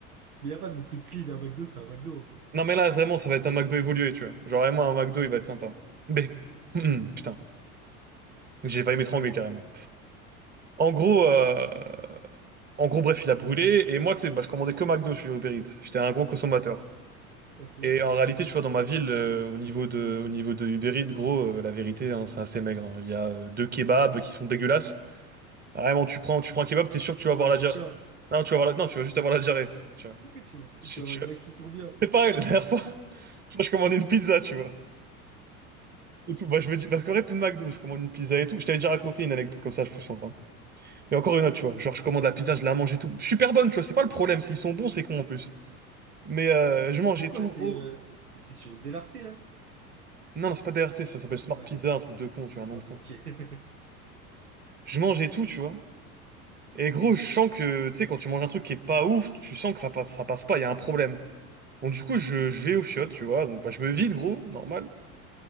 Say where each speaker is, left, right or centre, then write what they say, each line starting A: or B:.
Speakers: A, on the right; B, on the right.
A: Mais y a pas de truc clean à McDo, c'est un McDo.
B: Non, mais là, vraiment, ça va être un McDo évolué, tu vois. Genre, vraiment, un McDo, il va être sympa. Mais, <clears throat> putain, j'ai failli m'étrangler carrément. En gros, euh, En gros, bref, il a brûlé. Et moi, tu sais, bah, je commandais que McDo sur Uber Eats. J'étais un gros consommateur.
A: hein. Ok.
B: Et en réalité, tu vois, dans ma ville, euh, au niveau de, au niveau de Uber Eats, gros, euh, la vérité, hein, c'est assez maigre. hein. Il y a euh, deux kebabs qui sont dégueulasses. Vraiment, tu prends, tu prends un kebab, t'es sûr que
A: Tu
B: tu vas
A: manges
B: avoir la
A: du
B: diarrhée.
A: chat.
B: Non, tu vas avoir la... non, tu vas juste avoir la diarrhée. tu
A: <laughs>
B: vois.
A: Tu vas,
B: Je-
A: tu vas avoir
B: je-
A: une maxi bien.
B: C'est pareil, la dernière fois, <laughs> tu vois, je commandais une pizza, tu vois. Et tout. Bah, je me dis, parce qu'en vrai, plus de McDo, je commande une pizza et tout. Je t'avais déjà raconté une anecdote comme ça, je peux s'en croire. Mais encore une autre, tu vois. Genre, je commande la pizza, je la mange et tout. Super bonne, tu vois. C'est pas le problème. S'ils sont bons, c'est con en plus. Mais euh, je mangeais
A: C'est quoi?
B: tout,
A: C'est
B: gros.
A: euh, c'est c'est sur Delarté, là?
B: Non, non, c'est pas DRT, ça s'appelle Smart
A: Ok.
B: Pizza, un truc de con, tu vois, un nom
A: Ouais,
B: de con.
A: ok.
B: Je mangeais tout, tu vois. Et gros, je sens que, tu sais, quand tu manges un truc qui est pas ouf, tu sens que ça passe, ça passe pas, il y a un problème. Donc du coup, je, je vais aux chiottes, tu vois. Donc bah, je me vide, gros, normal.